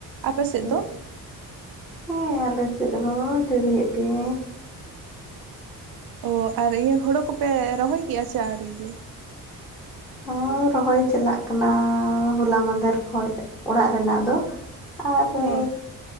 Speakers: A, on the right; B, in the centre.
A: ᱟᱯᱮ ᱥᱮᱫ
B: ᱪᱮᱫ
A: ᱫᱚ
B: ᱦᱮᱸ ᱟᱞᱮ ᱥᱮᱫ ᱦᱚᱸ ᱡᱟᱹᱲᱤᱮᱫ ᱜᱮᱭᱟᱭ
A: ᱚ ᱟᱨ ᱤᱭᱟᱹ ᱦᱚᱲᱚ ᱠᱚᱯᱮ ᱨᱚᱦᱚᱭ ᱠᱮᱜ-ᱟ ᱥᱮ ᱟᱣᱨᱤᱜᱮ
B: ᱦᱚ ᱨᱚᱦᱚᱭ ᱪᱟᱞᱟᱜ ᱠᱟᱱᱟ ᱦᱚᱞᱟ ᱢᱟᱫᱷᱮᱨ ᱠᱷᱚᱡ ᱚᱲᱟᱜ ᱨᱮᱱᱟᱜ ᱫᱚ ᱟᱨᱚ
A: ᱦᱮᱸ